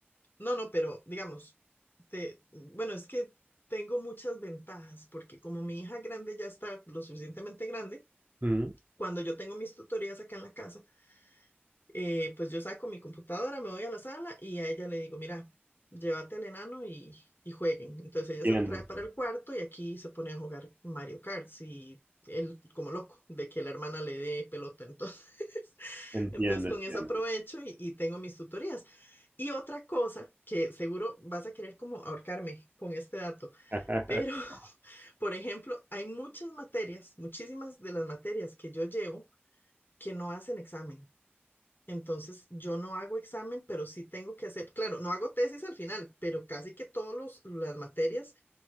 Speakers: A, on the left (about 55°); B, on the right (about 45°).
A: no, no, pero digamos, te, bueno, es que tengo muchas ventajas porque como mi hija grande ya está lo suficientemente grande,
B: Mm,
A: cuando yo tengo mis tutorías acá en la casa, eh, pues yo saco mi computadora, me voy a la sala y a ella le digo, mira, llévate al enano y, y jueguen. Entonces ella
B: Entiendo,
A: se lo trae
B: entiendo,
A: para el cuarto y aquí se pone a jugar Mario Kart y él como loco de que la hermana le dé pelota. Entonces, <laughs>
B: entiendo.
A: entonces con
B: entiendo.
A: eso aprovecho y, y tengo mis tutorías. Y otra cosa que seguro vas a querer como ahorcarme con este dato,
B: <laughs>
A: pero <laughs> por ejemplo, hay muchas materias, muchísimas de las materias que yo llevo que no hacen examen. Entonces, yo no hago examen, pero sí tengo que hacer, claro, no hago tesis al final, pero casi que todas las materias